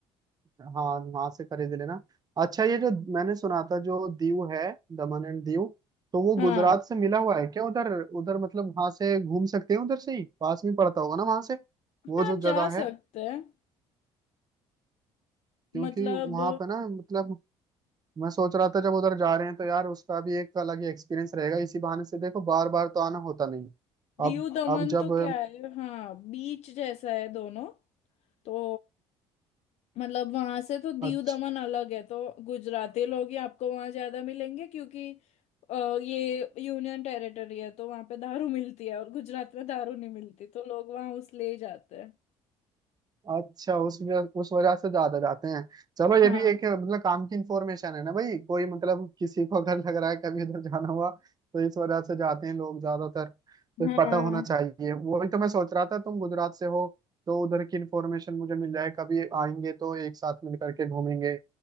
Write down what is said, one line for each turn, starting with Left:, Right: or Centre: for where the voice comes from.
Right: हाँ वहां से खरीद लेना अच्छा ये जो मैंने सुना था जो दीव है दमन एंड दीव तो वो
Left: हाँ
Right: गुजरात से मिला हुआ है क्या उधर उधर मतलब वहां से घूम सकते हैं उधर से ही पास में पड़ता होगा ना वहां से वो
Left: हाँ
Right: जो
Left: जा
Right: जगह
Left: सकते
Right: है
Left: हैं
Right: क्योंकि
Left: मतलब
Right: वहां पे ना मतलब मैं सोच रहा था जब उधर जा रहे हैं तो यार उसका भी एक अलग ही एक्सपीरियंस रहेगा इसी बहाने से देखो बार बार तो आना होता नहीं
Left: दीव
Right: अब
Left: दमन
Right: अब जब
Left: तो क्या है हाँ बीच जैसा है दोनों तो मतलब वहां से तो
Right: अच्छा
Left: दीव दमन अलग है तो गुजराती लोग ही आपको वहां ज्यादा मिलेंगे क्योंकि अ, ये यूनियन टेरिटरी है तो वहां पे दारू मिलती है और गुजरात में दारू नहीं मिलती तो लोग वहां उस ले ही जाते हैं
Right: अच्छा उस वजह उस वजह से ज्यादा जाते हैं चलो
Left: हाँ
Right: ये भी एक मतलब काम की इंफॉर्मेशन है ना भाई कोई मतलब किसी को अगर लग रहा है कभी उधर जाना हुआ तो इस वजह से जाते हैं लोग ज्यादातर तो
Left: हाँ
Right: पता होना चाहिए वही तो मैं सोच रहा था तुम गुजरात से हो तो उधर की इंफॉर्मेशन मुझे मिल जाए कभी आएंगे तो एक साथ मिल करके घूमेंगे